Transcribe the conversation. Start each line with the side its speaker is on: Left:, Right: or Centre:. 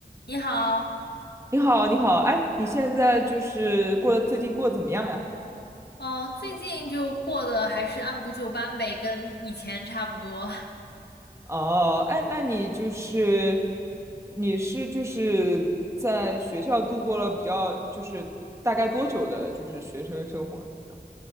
Left: 你好，
Right: 你好，你好，哎，你现在就是过得最近过得怎么样呀？
Left: 嗯、最近就过得还是按部就班呗，跟以前差不多，
Right: 哦，哎，那你就是你是就是在学校度过了比较就是大概多久的，就是学生生活呢？